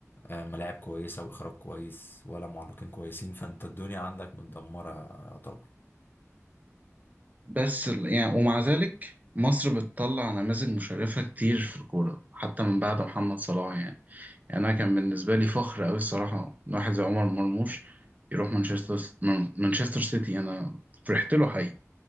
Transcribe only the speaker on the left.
آه، ملاعب كويسة واخراج كويس ولا معلقين كويسين فانت الدنيا عندك متدمرة طبعا